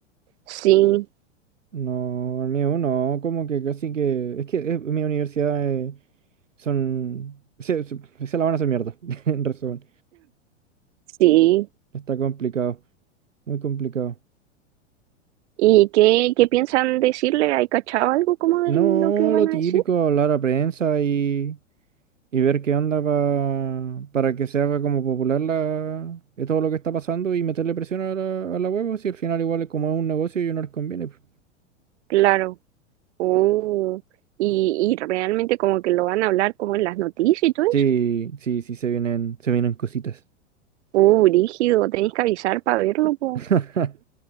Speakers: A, on the right; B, on the right.
A: Sí,
B: No, el mío no, como que casi que. Es que eh, mi universidad eh, son. Se, se- se la van a hacer mierda, <laughs> en resumen.
A: sí.
B: Está complicado, muy complicado.
A: ¿Y qué, qué piensan decirle? ¿Hay cachado algo como de
B: No
A: lo que van
B: lo
A: a
B: típico,
A: decir?
B: hablar a prensa y, y ver qué onda pa- para que se haga como popular la, eh, todo lo que está pasando y meterle presión a la, a la web, si al final igual es como es un negocio y no les conviene. pues.
A: Claro. Oh. Y, y realmente como que lo van a hablar como en las noticias y todo
B: Sí,
A: eso.
B: sí, sí, se vienen, se vienen cositas.
A: Uh, brígido, tenéis que avisar para verlo, po.
B: <laughs>